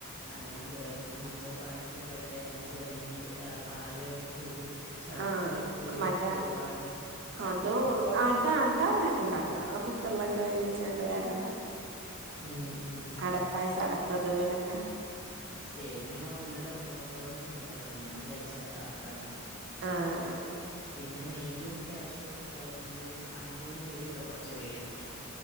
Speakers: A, on the left; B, on the right.
A: അല്ലാണ്ട് മറ്റേ പായസൊക്കെ തേങ്ങ ചെരകീ... പാലെടുത്ത്... ശർക്കര
B: ആഹ്
A: ട്ട്
B: മറ്റേ
A: ഒരുവാട് സമയെ
B: അതും
A: ടുക്കില്ലേ
B: അട അട വേഗണ്ടാക്കാം. ആഹ് കുക്കറിലൊക്കെ വേവിച്ചാണ്ട് വേഗണ്ടാക്കാം.
A: ഉം ഉം
B: അടപ്പായസം അടപ്രഥമനൊക്കെ
A: സേമിയം ഇന്നലെ കൊണ്ടുവന്നിട്ടുണ്ട്. അപ്പൊ ഞാ വിചാരിച്ച് അതാക്കാന്ന്.
B: ആഹ്
A: പിന്നെ നെയ്യും കാഷ്യു ക്കെ ആഹ് നെയ്യും അണ്ടിം മുന്തിരിം ഒക്കെ കൊറച്ച് വേടിക്കണം.